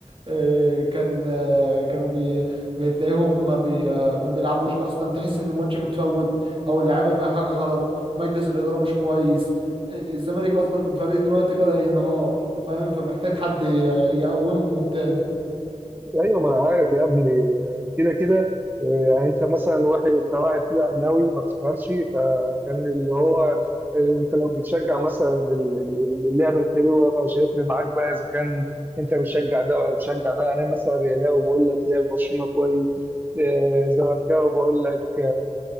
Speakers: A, on the right; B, on the right.
A: آه، كان آه، كانوا بي بتلاقيهم ما بي آه، ما بيلعبوش اصلا تحس ان الماتش متفوت او اللعيبه فيها حاجه غلط مجلس الاداره مش كويس الزمالك اصلا فريق دلوقتي بدأ ينهار فاهم فمحتاج حد ي- يقومه من تاني
B: ايوه ما انا عارف يا ابني كده كده آه، يعني انت مثلا واحد كواحد كده اهلاوي ما بتفهمش فكان اللي هو آه، انت لو بتشجع مثلا ال- ال- اللعبه الحلوه فمش هيفرق معاك بقى اذا كان انت بتشجع ده ولا بتشجع ده يعني انا مثلا ريالاوي بقول لك لعب برشلونه كويس آه، زملكاوي بقول لك